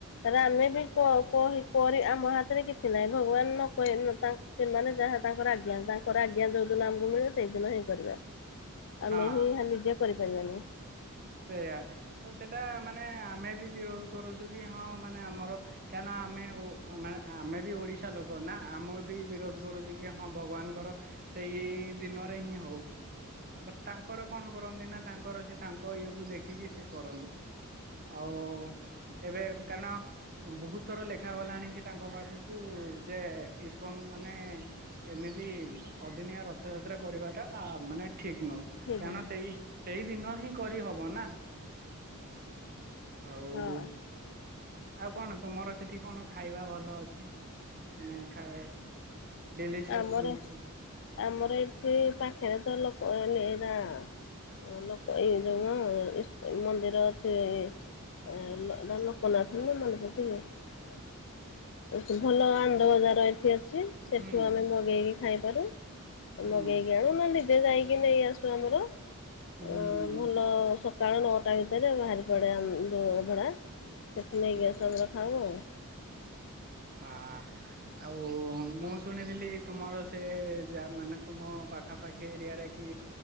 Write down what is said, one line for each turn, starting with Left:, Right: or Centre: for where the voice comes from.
Left: ଏରା ଆମେ ବି କ କହି ପରେ ଆମ ହାତରେ କିଛି ନାହିଁ ଭଗବାନ ନକହି ସେମାନେ ଯାହା ତାଙ୍କର ଆଜ୍ଞା ତାଙ୍କର ଆଜ୍ଞା ଯୋଉ ଦିନ ଆମକୁ ମିଳିବ ସେଇଦିନ ହିଁ କରିବା। ଆମେ
Right: ହଁ
Left: ହିଁ ହେଁ ନିଜେ କରି <unintelligible>
Right: ସେଇୟା ତ ସେଟା ମାନେ ଆମେ ବି ବିରୋଧ କରୁଚୁ କି ହଁ ମାନେ ଆମର କାରଣ ଆମେ ଓ ମାନେ ଆମେ ବି ଓଡିଶା ଲୋକ ନା ଆମେ ବି ବିରୋଧ କରୁଚୁ କି ହଁ ଭଗବାନଙ୍କର ସେଇ ଦିନରେ ହିଁ ହଉ ବା ତାଙ୍କର କଣ କରନ୍ତି ନା ତାଙ୍କର ସେ ତାଙ୍କ ତାଙ୍କ ଇଏକୁ ଦେଖିକି ସେ କରନ୍ତି ଆଉ ଏବେ କାରଣ ବହୁତ ଥର ଲେଖାାଗଲାଣି କି ତାଙ୍କ ପାଖକୁ ଯେ ଇସ୍କନ୍ ମାନେ ଏମିତି ଅଦିନିଆ ରଥଯାତ୍ରା କରିବାଟା ଆ ମାନେ ଠିକ ନୁହଁ
Left: ଠିକ୍
Right: କାରଣ
Left: ନୁହେଁ
Right: ସେଇ ସେଇଦିନ ହିଁ କରିହବ ନା ଆଉ
Left: ହଁ
Right: ଆଉ କଣ ତୁମର ସେଠି କଣ ଖାଇବା ଭଲ ଅଛି ମାନେ ଖା ଡେଲିସିିୟସ୍
Left: ଆମର
Right: ଯୋଉ ଫୁଡ।
Left: ଆମର ଏଠି ପାଖରେତ ଲୋକମାନେ <unintelligible> ଲୋକ ଏଇ ଯୋଉମ ଇସ ମନ୍ଦିର ଅଛି ଏଇ ଲ-ଲ ଲୋକନାଥ ମନେପଡୁଚି ଭଲ ଆନ୍ଦ ବଜାର ଏଠି ଅଛି। <unintelligible>
Right: ହୁଁ
Left: ଆମେ ମଗେଇକି ଖାଇପାରୁ।
Right: ହୁଁ
Left: ମଗେଇକି ଆଣୁ ନହେଲେ ନିଜେ ଯାଇ ନେଇ ଆସୁ ଆମର।
Right: ହୁଁ
Left: ଓ ଭଲ ସ ସକାଳ ନଅଟା ଭିତରେ ବାହାରି ପଡେ ଯୋଉ ଅବଢା। ସେଟୁ ନେଇକି ଆସୁ ଆମର ଖାଉ ଆଉ।
Right: ହଁ ଆଉ ମୁଁ ଶୁଣିଥିଲି ତୁମର ସେ ଯା ମାନେ ତୁମ ପାଖାପାଖି ଏରିଆରେ କି